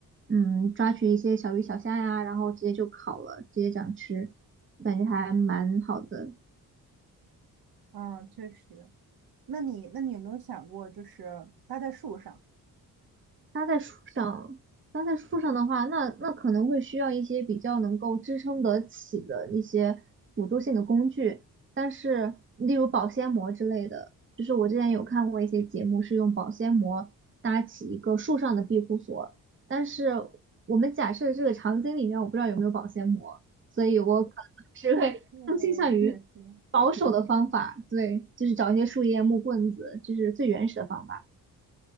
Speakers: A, on the right (about 30°); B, on the right (about 70°).
A: 嗯抓取一些小鱼小虾呀，然后直接就烤了，直接这样吃，感觉还蛮好的。
B: 嗯，确实。那你那你有没有想过，就是搭在树上？
A: 搭在树上，搭在树上的话，那那可能会需要一些比较能够支撑得起的一些辅助性的工具，但是例如保鲜膜之类的，就是我之前有看过一些节目是用保鲜膜搭起一个树上的庇护所，但是我们假设这个场景里面我不知道有没有保鲜膜，所以我可能是会更倾向于
B: 嗯，确实。
A: 保守的方法，对，就是找一些树叶、木棍子，就是最原始的方法。